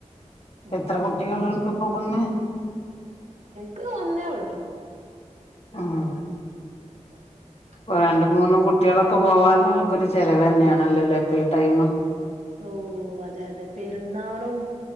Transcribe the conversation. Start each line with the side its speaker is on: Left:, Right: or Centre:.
Right: അപ്പൊ
Left: എത്ര കുട്ടികൾണ്ട് പോകുന്നോ.
Right: ക്ക് ഒന്നേ ഉള്ളു.
Left: ആഹ.
Right: <unintelligible>
Left: രണ്ട മൂന്നും കുട്ടികളൊക്കെ പോവാനുള്ള ആൾക്കൊരു ചെലവ് തന്നെയണല്ലോല്ലോ ഇപ്പൊ ഈ ടൈം
Right: ഓ. ഓ അതെ. അതെ പെരുന്നാളും